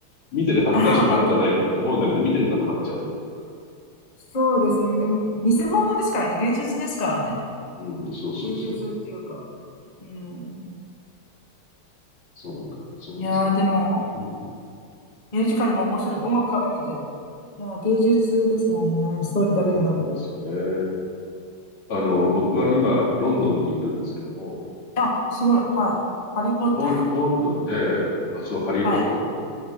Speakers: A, on the left; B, on the left.
A: 見てて恥ずかしくなるんじゃないかと思うんだけど、
B: ああまあ、
A: 見てるとハマっちゃうっていうか。
B: そうですね。うん見せ物ですからね。
A: うん
B: 芸術ですからね。
A: うん、そうそうそう。
B: 芸術っていうか。うん。
A: そうか。そうですね。
B: いやー、
A: もうん。
B: でも、ミュージカルも面白い。音楽絡めて。もう芸術ですもんね。ストーリーだけじゃなくて。
A: そうなんですよね。あの、僕は今、ロンドンにいるんですけども、
B: あ、すごい。はい。ハリーポッタ
A: ロン、ロンドンで、あ、そう、ハリー・
B: ー。
A: ポッターの国。
B: <laughs> はい。